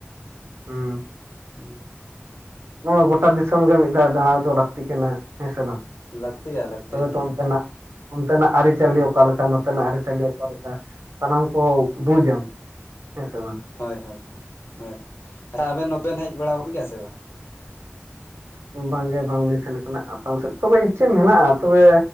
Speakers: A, on the right; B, on the left.
A: ᱦᱩᱸ
B: ᱦᱩᱸ <unintelligible>
A: ᱦᱚᱸ ᱜᱚᱴᱟ ᱫᱤᱥᱚᱢ ᱜᱮ ᱢᱤᱫ ᱫᱷᱟᱣ ᱫᱟᱬᱟ ᱫᱚ ᱞᱟᱹᱠᱛᱤ ᱠᱟᱱᱟ ᱦᱮᱸ ᱥᱮ ᱵᱟᱝ?
B: ᱞᱟᱹᱠᱛᱤᱜᱼᱟ ᱞᱟᱹᱠᱛᱤ
A: ᱛᱚᱵᱮ
B: ᱦᱮᱸ
A: ᱛᱚ ᱚᱱᱛᱮᱱᱟᱜ ᱚᱱᱛᱮᱱᱟᱜ ᱟᱹᱨᱤᱪᱟᱹᱞᱤ
B: ᱦᱮᱸ
A: ᱚᱠᱟᱞᱮᱠᱟᱼᱼ ᱚᱱᱛᱮᱱᱟᱜ ᱟᱹᱨᱤᱪᱟᱹᱞᱤ ᱚᱠᱟ ᱞᱮᱠᱟᱱᱟ ᱥᱟᱱᱟᱢ ᱠᱚ ᱵᱩᱡᱟᱢ ᱦᱮᱸ ᱥᱮ ᱵᱟᱝ?
B: ᱦᱚᱭ ᱦᱚᱭ ᱦᱚᱭ, ᱦᱚᱭ ᱟᱨ ᱟᱹᱵᱤᱱ ᱱᱚᱛᱮ ᱵᱤᱱ ᱦᱮᱡ ᱵᱟᱲᱟᱣ ᱟᱠᱟᱱᱟ ᱜᱮᱭᱟ ᱥᱮ ᱵᱟᱝ?
A: ᱵᱟᱝᱜᱮ ᱵᱟᱝᱞᱤᱧ ᱥᱮᱱ ᱟᱠᱟᱱᱟ ᱟᱥᱟᱢ ᱥᱮᱫ, ᱛᱚᱵᱮ ᱤᱪᱷᱟᱹ ᱢᱮᱱᱟᱜ-ᱟ ᱛᱚᱵᱮ